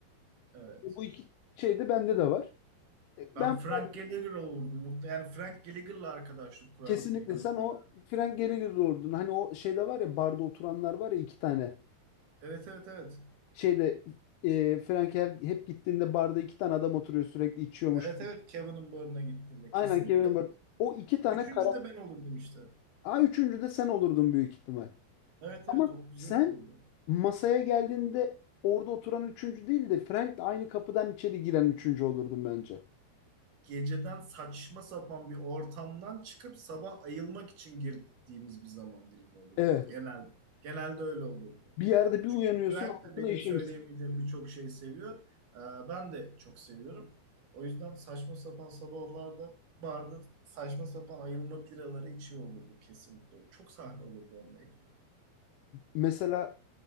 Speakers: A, on the right; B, on the left.
A: evet.
B: Bu iki şey de bende de var. E,
A: Ben
B: Ben
A: Frank
B: o-
A: Gallagher olurdum. Muhte- Yani Frank Gallagher'la arkadaşlık kurardım
B: kesinlikle
A: ilk önce
B: sen o
A: ya.
B: Frank Gallagher ordun. Hani o şeyde var ya barda oturanlar var ya iki tane.
A: Evet, evet, evet.
B: Şeyde e, Frank her, hep gittiğinde barda iki tane adam oturuyor sürekli içiyormuş.
A: Evet, evet. Kevin'in barına gittiğimde. Kesinlikle.
B: Aynen Kevin
A: O,
B: Hart. O iki tane
A: üçüncü
B: karakter.
A: de ben olurdum işte.
B: Ha üçüncü de sen olurdun büyük ihtimal.
A: Evet,
B: Ama
A: evet. O güzel
B: sen
A: olurdu.
B: masaya geldiğinde orada oturan üçüncü değil de Frank de aynı kapıdan içeri giren üçüncü olurdun bence.
A: geceden saçma sapan bir ortamdan çıkıp sabah ayılmak için girdiğimiz bir zaman dilimi olurdu.
B: Evet.
A: Genelde, genelde öyle olurdu.
B: Bir yerde bir
A: Çünkü
B: uyanıyorsun
A: Frank
B: altına
A: de benim
B: işemiş.
A: söyleyemeyeceğim birçok şeyi seviyor. Ee, ben de çok seviyorum. O yüzden saçma sapan sabahlarda barda saçma sapan ayılma biraları içiyor olurdu kesinlikle. Çok sahne olurdu onunla ilgili.
B: mesela